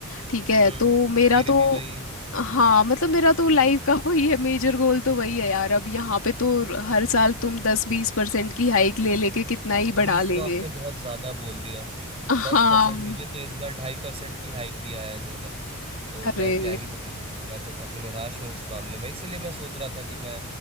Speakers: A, on the left (about 60°); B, on the right (about 25°).
A: ठीक है
B: हम्म
A: तो मेरा
B: मेरे भी
A: तो
B: वही है।
A: हाँ मतलब मेरा तो लाइफ का <laughs> वही है मेजर गोल तो वही है यार अब यहाँ पे तो हर साल तुम दस बीस परसेंट की हाइक ले लेके कितना ही
B: बीस
A: बढ़ा लेंगे
B: तो आपने बहुत ज्यादा बोल दिया दस
A: हाँ
B: परसेंट मुझे तो इस बार ढाई परसेंट की हाइक दिया है इन्होंने तो
A: अरे
B: मैं क्या ही बोलूँ मैं तो काफी निराश हूँ इस मामले में इसीलिए मैं सोच रहा था कि मैं